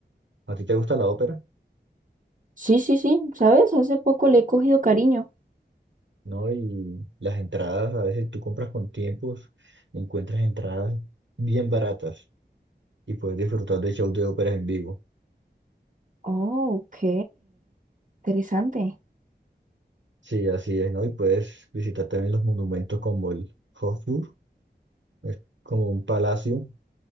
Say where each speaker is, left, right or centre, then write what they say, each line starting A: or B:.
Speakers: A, on the right (about 85°); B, on the right (about 45°).
A: ¿A ti te gusta la ópera?
B: Sí, sí, sí, ¿sabes? Hace poco le he cogido cariño.
A: ¿No? Y las entradas, a veces tú compras con tiempos, encuentras entradas bien baratas y puedes disfrutar de shows de óperas en vivo.
B: Oh, ok, interesante.
A: Sí, así es, ¿no? Y puedes visitar también los monumentos como el Hofburg, es como un palacio,